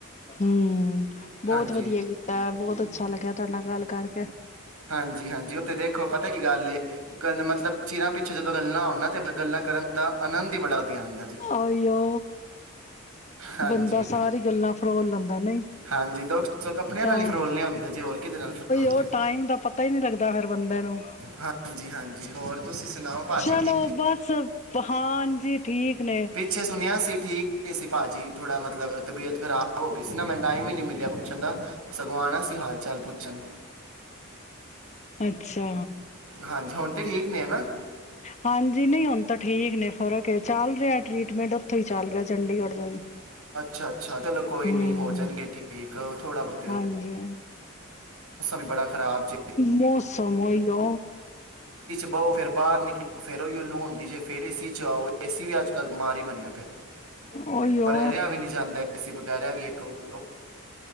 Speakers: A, on the left (about 30°); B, on the right (about 85°).
A: ਹਮ, ਬਹੁਤ
B: ਹਾਂਜੀ
A: ਵਧੀਆ ਕੀਤਾ, ਬਹੁਤ ਅੱਛਾ ਲੱਗਿਆ ਤੁਹਾਡੇ ਨਾਲ ਗੱਲ ਕਰਕੇ।
B: ਹਾਂਜੀ, ਹਾਂਜੀ, ਉੱਥੇ ਦੇਖੋ ਪਤਾ ਕੀ ਗੱਲ ਏ ਗੱਲ ਮਤਲਬ ਚਿਰਾਂ ਪਿੱਛੇ ਜਦੋਂ ਗੱਲਾਂ ਹੋਣ, ਤੇ ਗੱਲਾਂ ਕਰਨ ਦਾ ਆਨੰਦ ਹੀ ਬੜਾ ਵਧੀਆ। ਜੇ।
A: ਆਈਓ
B: ਹਾਂਜੀ,
A: ਬੰਦਾ। ਸਾਰੀ ਗੱਲਾਂ ਫਰੋਲ ਲੈਂਦਾ ਨਹੀਂ, ਉਹੀ
B: ਹਾਂਜੀ ਦੁੱਖ ਸੁੱਖ ਆਪਣਿਆਂ
A: ਤਾ
B: ਨਾਲ ਹੀ ਫਰੋਲਨੇ ਹੁੰਦੇ ਜੇ ਹੋਰ ਕਿਹਦੇ ਨਾਲ ਫਰੋਲਨੇ।
A: ਉਹ ਟਾਈਮ ਦਾ ਪਤਾ ਹੀ ਨਹੀਂ ਲੱਗਦਾ, ਫਿਰ ਬੰਦੇ ਨੂੰ
B: ਹਾਂਜੀ, ਹਾਂਜੀ ਹੋਰ ਤੁਸੀਂ ਸੁਣਾਓ ਭਾਜੀ
A: ਚਲੋ
B: ਠੀਕ?
A: ਬਸ। ਹਾਂਜੀ, ਠੀਕ। ਨੇ
B: ਪਿੱਛੇ ਸੁਣਿਆ ਸੀ, ਠੀਕ ਨਹੀਂ ਸੀ‌। ਭਾਜੀ, ਥੋੜਾ ਮਤਲਬ ਤਬੀਅਤ ਖਰਾਬ ਹੋ ਗਈ ਸੀ ਨਾ। ਮੈਨੂੰ ਟਾਈਮ ਹੀ ਨੀ ਮਿਲ ਪੁੱਛਣ ਦਾ। ਸਗੋਂ ਆਣਾ ਸੀ ਹਾਲ ਚਾਲ ਪੁੱਛਣ।
A: ਅੱਛਾ,
B: ਹਾਂਜੀ, ਹੁਣ ਤੇ ਠੀਕ ਨੇ ਨਾ?
A: ਹਾਂਜੀ। ਨਹੀਂ ਹੁਣ ਤਾਂ ਠੀਕ ਨੇ। ਫ਼ਰਕ ਏ ਚੱਲ ਰਿਹਾ ਟ੍ਰੀਟਮੈਂਟ ਉੱਥੋਂ ਹੀ ਚੱਲ ਰਿਹਾ, ਚੰਡੀਗੜ੍ਹ ਤੋਂ ਹੀ।
B: ਅੱਛਾ। ਅੱਛਾ, ਚਲੋ ਕੋਈ
A: ਹੂੰ
B: ਨੀ ਹੋ ਜਾਣਗੇ ਠੀਕ ਥੋੜਾ ਬਹੁਤ
A: ਹਾਂਜੀ,
B: ਹੀ ਬੜਾ ਖਰਾਬ ਜੇ
A: ਮੌਸਮ ਹੋਈ ਆ।
B: ਬਹੁੋ ਫਿਰਰ ਬਾਹਰ ਨਿਕਲੋ ਫਿਰ ਉਈ ਲੂ ਹੁੰਦੀ ਜੇ, ਫੇਰ ਇਸੀ ਚ ਆਓ। ਏਸੀ ਵੀ ਅੱਜ ਕੱਲ ਬਿਮਾਰ ਹੀ ਬਣਿਆ ਪਿਆ।
A: ਉਹੀਓ
B: ਪਰ ਐ ਰਿਹਾ ਵੀ ਨਹੀਂ ਜਾਂਦਾ ਏਸੀ ਬ <unintelligible>